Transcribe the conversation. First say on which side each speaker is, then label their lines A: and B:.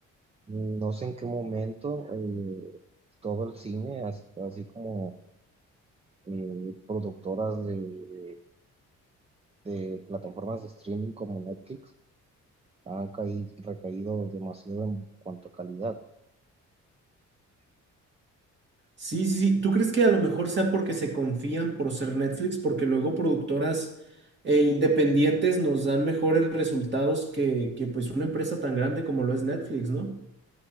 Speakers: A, on the right; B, on the right.
A: No sé en qué momento eh, todo el cine, hasta así como eh, productoras de, de plataformas de streaming como Netflix, han caído, recaído demasiado en cuanto a calidad.
B: Sí, sí, sí. ¿Tú crees que a lo mejor sea porque se confían por ser Netflix? Porque luego productoras e independientes nos dan mejores resultados que, que pues una empresa tan grande como lo es Netflix, ¿no?